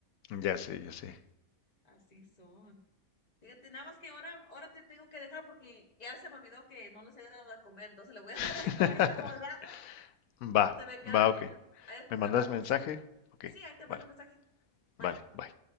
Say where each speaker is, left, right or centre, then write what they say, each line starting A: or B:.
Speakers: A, on the left; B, on the left.
A: Ya sé, ya sé.
B: Así son. Fíjate, nada más que ahora, ahora te tengo que dejar porque ya se me olvidó que no les he dado de comer, entonces le voy a
A: <laughs>
B: <laughs> dar de comer de volada.
A: Va,
B: Se me queda
A: va,
B: viendo.
A: ok.
B: Ahí después
A: ¿Me mandas
B: hablamos.
A: mensaje? Ok,
B: Sí, ahí te
A: vale,
B: mando mensaje. Bye.
A: vale, bye.